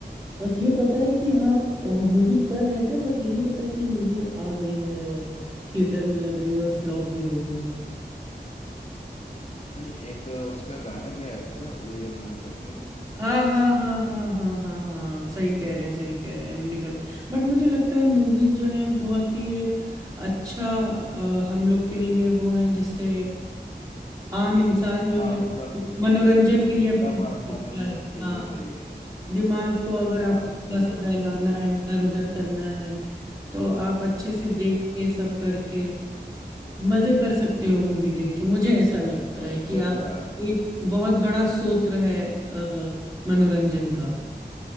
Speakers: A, on the right; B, on the left.
A: बस ये पता है कि हाँ मूवी कर रहे थे बट ये नहीं पता कि मूवी आ गई है और थिएटर में लग गई और फ्लॉप भी हो गई है
B: भाई एक अ, उसका गाना भी आया था ना ओ अम्मा करके
A: हाँ हाँ हाँ हाँ हाँ हाँ हाँ आप सही कह रहे हैं सही कह रहे हैं निकल बट मुझे लगता है मूवीज जो हैं बहुत ही एक अच्छा अ, हम लोग के लिए वो हैं जिससे आम इंसान जो
B: हाँ
A: है
B: मतलब
A: वो मनोरंजन के लिए अपने
B: मतलब
A: देख
B: आप
A: सकता
B: मनोरंजन
A: है
B: के
A: हाँ
B: लिए सही है
A: दिमाग को अगर आपको
B: हाँ
A: थोड़ा
B: सही
A: सा
B: है
A: बहलाना
B: ठीक
A: है
B: है
A: इधर उधर करना है तो आप अच्छे से देख के सब करके मजे कर सकते हो मूवी देख के मुझे ऐसा लगता है कि
B: सही
A: आप
B: कहा
A: एक बहुत बड़ा स्रोत है अ, मनोरंजन का